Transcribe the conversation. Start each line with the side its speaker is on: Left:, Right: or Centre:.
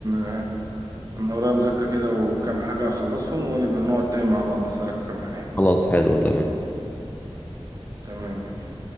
Right: آه، انا ورايا مذاكرة كده وكام حاجة اخلصهم ونبقى نقعد تاني مع بعض اسألك في كام حاجة
Left: خلاص حلو تمام
Right: تمام ماشي